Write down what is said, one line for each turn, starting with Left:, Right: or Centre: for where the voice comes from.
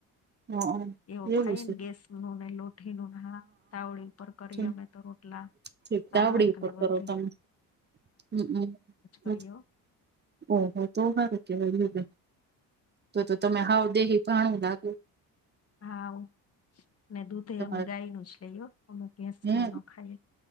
Right: હ
Left: એવું ખાઈને
Right: છે
Left: ગેસ નું ને લોઠી નું હા તાવડી ઉપર કરી
Right: ઠીક
Left: અમે તો રોટલા
Right: ઠીક
Left: શાક
Right: તાવડી ઉપર
Left: ને બધે
Right: કરો તમે હમ હમ હમ
Left: કરીએ હો
Right: ઓહો તો સારું કેવાયય તો તો તમે હાવ દેહી ભાણું લાગ
Left: હા ને દૂધે
Right: તમારે
Left: અમે ગાય નું જ લઈએ અમે ભેંસનું
Right: હે
Left: નોય ખાઈએ